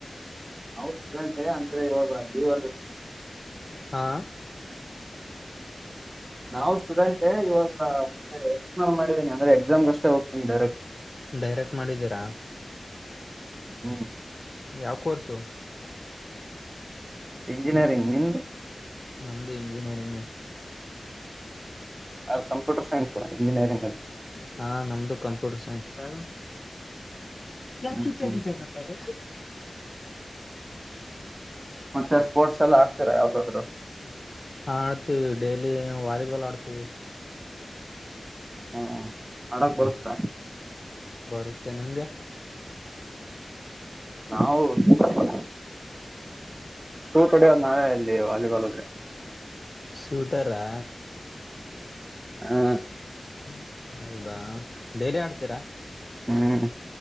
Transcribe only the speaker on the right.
ನಾವು ಸ್ಟೂಡೆಂಟ್ೇ ಅಂದ್ರೆ ಇವಾಗ ಲೀವ್ ಆಗತ್ತ
ನಾವು ಸ್ಟೂಡೆಂಟ್ ಇವಾಗ ಎಕ್ಸ್ಪ್ಲೋನ್ ಮಾಡಿದೀನಿ ಅಂದ್ರೆ ಎಕ್ಸಾಮ್ಗಷ್ಟೇ ಹೋಗ್ತೀನಿ ಡೈರೆಕ್ಟ್
ಹ್ಮ್
ಇಂಜಿನಿಯರಿಂಗ್ ನಿಮ್ದು
ಅದು ಕಂಪ್ಯೂಟರ್ ಸೈನ್ಸ್ ಇಂಜಿನಿಯರಿಂಗ್ ಅಲ್ಲಿ
ಹ್ಮ್
ಹ್ಮ್
ಮತ್ತೆ ಸ್ಪೋರ್ಟ್ಸ್ ಎಲ್ಲ ಆಗ್ತರಾ ಯಾವ್ದಾದ್ರು
ಹಾ ಹಡಕ್ ಬರ್ಸ್ತಾ
ನಾವು ಸ ಹೂ ಪಡೆಯೋದು ನಾವೇ ಅಲ್ಲಿ ಅಲ್ಲಿಗ
ಹ್ಮ
ಹ್ಮ್